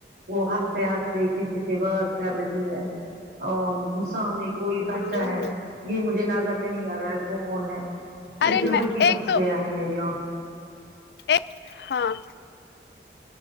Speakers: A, on the right; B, on the left.
A: وہ ہنستے ہنستے کسی سے بات کر رہی ہے اوہ سامنے کوئی
B: ہاں
A: بچہ ہے یہ مجھے نظر میں نہیں آ رہا ہے کون ہے
B: ارے
A: لیکن
B: میں
A: وہی
B: ایک
A: بس گیا ہے میری آنکھوں
B: ایک ہاں